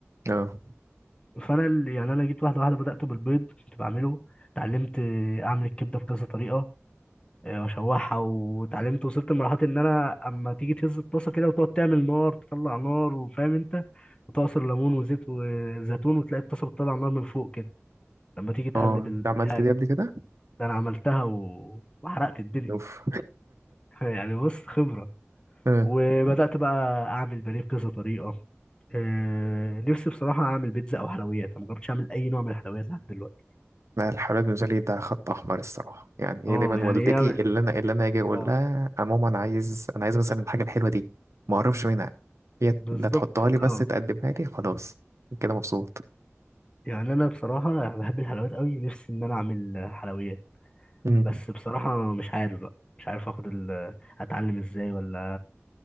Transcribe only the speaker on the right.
اه
اه
ده عملت دي قبل كده
اوف
<laughs>
آه.
لا الحالات بالنسبة لي ده خط أحمر الصراحة يعني هي
دايما
والدتي
اللي أنا اللي أنا أجي أقول
لها يا ماما أنا عايز أنا عايز مثلا الحاجة الحلوة دي ما أعرفش منها هي
ده تحطها
لي بس تقدمها لي خلاص كده مبسوط
مم.